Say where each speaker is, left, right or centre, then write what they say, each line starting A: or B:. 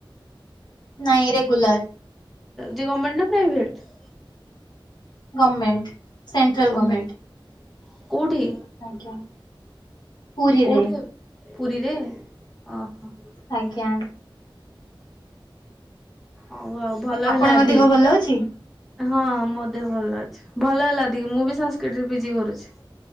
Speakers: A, on the left; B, in the centre.
A: ନାଇଁ ରେଗୁଲାର।
B: ଯେ ଗର୍ମେଣ୍ଟ ନା private?
A: Government. Central
B: Government,
A: government.
B: କୋଉଠି?
A: ଆଜ୍ଞା। ପୁରୀରେ
B: କୋଉଠି ଏ ପୁରୀରେ ଅହ।
A: ଆଜ୍ଞା।
B: ହଉ ଆଉ ଭଲ
A: ଆପଣଙ୍କ
B: ହେଲାଧି।
A: ଦେହ ଭଲ ଅଛି?
B: ହଁ ମୋ ଦେହ ଭଲ ଅଛି, ଭଲ ହେଲା ଟିକେ ମୁଁ ବି ସାନସ୍କ୍ରିଟରେ ପିଜି କରୁଛି।